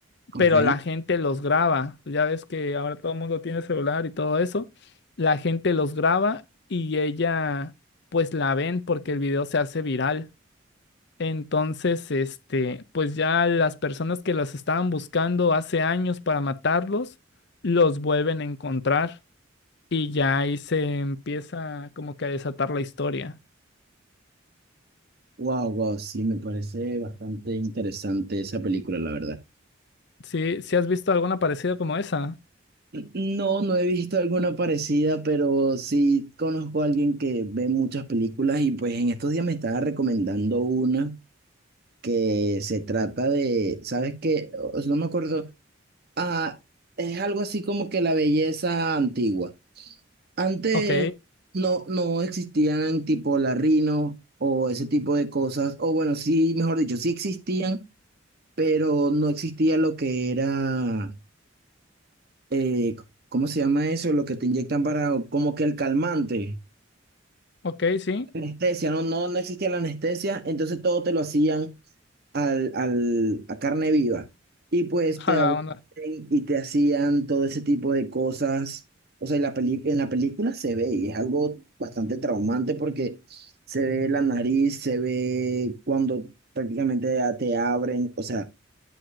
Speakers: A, on the right; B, on the left.
A: ok.
B: pero la gente los graba. Ya ves que ahora todo el mundo tiene celular y todo eso. La gente los graba y ella, pues la ven porque el video se hace viral. Entonces, este, pues ya las personas que los estaban buscando hace años para matarlos, los vuelven a encontrar y ya ahí se empieza como que a desatar la historia.
A: Wow, wow, sí, me parece bastante interesante esa película, la verdad.
B: ¿Sí, sí has visto alguna parecida como esa?
A: No, no he visto alguna parecida, pero sí conozco a alguien que ve muchas películas y pues en estos días me estaba recomendando una que se trata de, ¿sabes qué? O- No me acuerdo. Ah, es algo así como que la belleza antigua. Antes
B: Ok,
A: no, no existían tipo la Rino o ese tipo de cosas, o bueno, sí, mejor dicho, sí existían pero no existía lo que era, eh, ¿cómo se llama eso? Lo que te inyectan para, como que el calmante,
B: ok, sí.
A: anestesia, no, no, no existía la anestesia, entonces todo te lo hacían al, al, a carne viva. Y pues te
B: A
A: abrían
B: la onda.
A: y te hacían todo ese tipo de cosas. O sea, y la peli- en la película se ve y es algo bastante traumante porque se ve la nariz, se ve cuando prácticamente te abren, o sea.